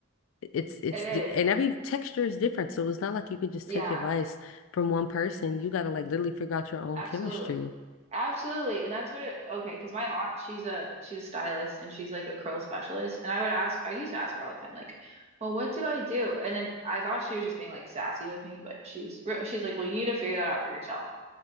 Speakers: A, on the left (about 70°); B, on the right (about 30°).
A: it's it's
B: it is.
A: di- and every texture is different, so it's not like you can just
B: Yeah.
A: take advice from one person. You gotta like literally figure out your own
B: Absolutely.
A: chemistry.
B: Absolutely. And that's what it, okay, because my aunt, she's a she's a stylist and she's like a curl specialist. And I would ask, I used to ask her all the time, like, well, what do I do? And then I thought she was just being like sassy with me, but she's real, she's like, well, you need to figure that out for yourself.